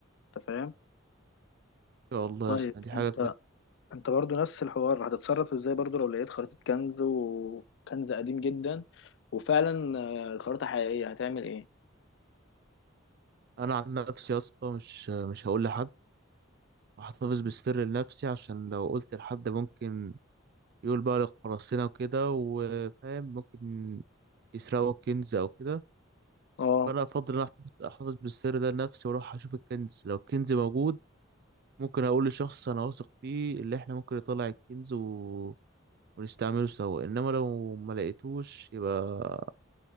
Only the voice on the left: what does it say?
انت فاهم
طيب
انت
انت برضو نفس الحوار هتتصرف ازاي برضو لو لقيت خريطة كنز وكنز قديم جدا وفعلا آه، الخريطة حقيقية هتعمل ايه
اه